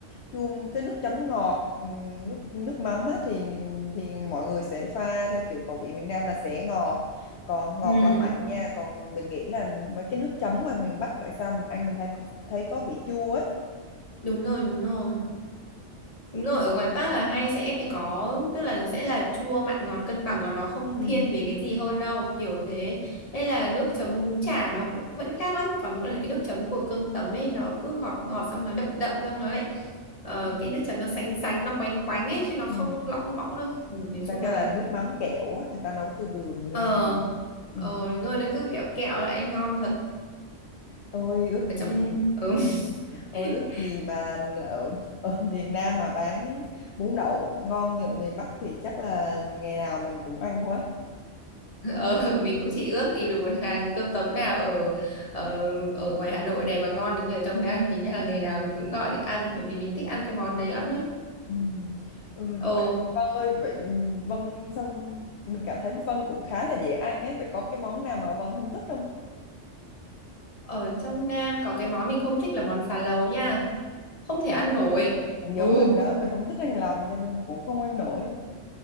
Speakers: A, on the left; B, on the left.
A: chuông cái nước chấm ngọt ừm, nước nước mắm á thì thì mọi người sẽ pha theo kiểu khẩu vị miền Nam là sẽ ngọt còn ngọt
B: Ừ,
A: và Ừ. mặn nha còn mình nghĩ là mấy cái nước chấm ngoài miền Bắc tại sao mình ăn mình thấy có thấy có vị chua ấy
B: đúng rồi, đúng rồi.
A: Ừ.
B: Đúng rồi, ở ngoài Bắc là hay sẽ phải có tức là nó sẽ là chua mặn ngọt cân bằng còn nó không
A: ừ.
B: thiên về cái gì hơn đâu, kiểu thế. Đây là nước chấm bún chả nó cũng vẫn khác lắm, còn đúng là cái nước chấm của cơm tấm ấy nó cứ ngọt ngọt xong nó đậm đậm xong nó lại ờ,
A: Ừ.
B: cái nước chấm nó sánh sánh nó quánh quánh ấy chứ nó
A: Ừ.
B: không lỏng bõng đâu. Ừ, nói
A: người
B: chung
A: ta kêu
B: là
A: là nước mắm kẹo á người ta nấu từ đường ra
B: ờ
A: nữa ừ.
B: ờ đúng rồi nó cứ kẹo kẹo lại ngon thật
A: Ôi ước
B: ở
A: gì
B: trong ừ.
A: ừ. Ôi
B: <laughs>
A: ước gì mà ở, ở miền Nam mà bán bún đậu ngon như ở miền Bắc thì chắc là ngày nào mình cũng ăn quá
B: Ờ, <laughs> mình cũng chỉ ước tìm được một hàng cơm tấm nào ở ở ở ngoài Hà Nội này mà ngon được như ở trong Nam thì chắc là ngày nào mình cũng gọi để ăn bởi vì mình thích ăn cái món đấy lắm nhá.
A: ừ. Ừ,
B: Ồ,
A: Vậy, Vân ơi vậy Vân sao mình cảm thấy Vân cũng khá là dễ ăn ấy vậy có cái món nào mà Vân không thích không
B: ở trong Nam có cái món mình không thích là món phá lấu nha, không
A: à
B: thể ăn nổi.
A: cũng
B: Ừ,
A: giống mình đó mình không thích ăn lòng cho nên cũng không ăn nổi